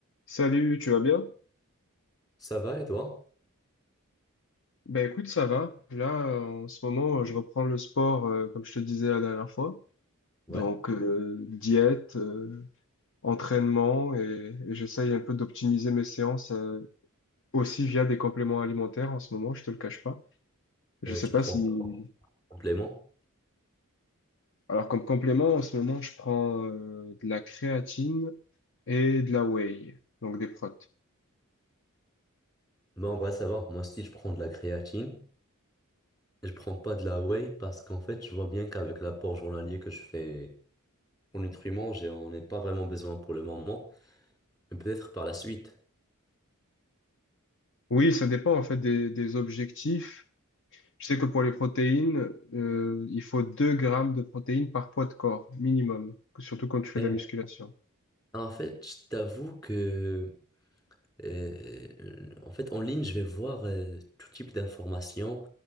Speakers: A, on the left; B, on the left.
A: Salut, tu vas bien?
B: Ça va et toi?
A: Ben écoute, ça va. Là, euh, en ce moment, euh, je reprends le sport, euh, comme je te disais la dernière fois.
B: Ouais.
A: Donc, euh, diète, euh, entraînement, et, et j'essaye un peu d'optimiser mes séances, euh, aussi via des compléments alimentaires en ce moment, je te le cache pas. Je
B: Euh,
A: sais
B: tu
A: pas
B: prends
A: si...
B: quoi comme complément?
A: Alors, comme complément, en ce moment, je prends, euh, de la créatine et de la whey, donc des protes.
B: Moi, en vrai, ça va. Moi aussi, je prends de la créatine. Je prends pas de la whey parce qu'en fait, je vois bien qu'avec l'apport journalier que je fais en nutriments, j'ai- on n'est pas vraiment besoin pour le moment, mais peut-être par la suite.
A: Oui, ça dépend en fait des, des objectifs. Je sais que pour les protéines, euh, il faut 2 grammes de protéines par poids de corps, minimum, surtout quand tu fais
B: Et
A: de la musculation.
B: en fait, je t'avoue que, euh, en fait, en ligne, je vais voir euh, tout type d'informations.